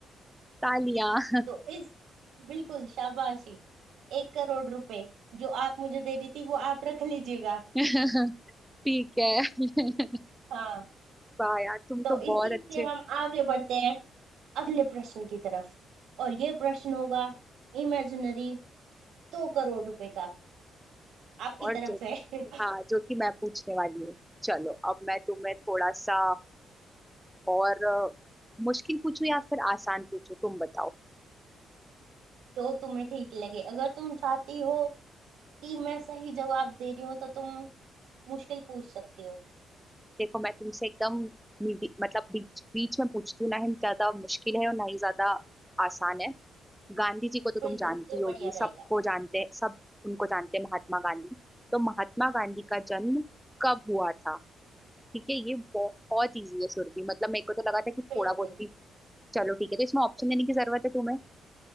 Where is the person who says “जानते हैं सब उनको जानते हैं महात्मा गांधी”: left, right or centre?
Centre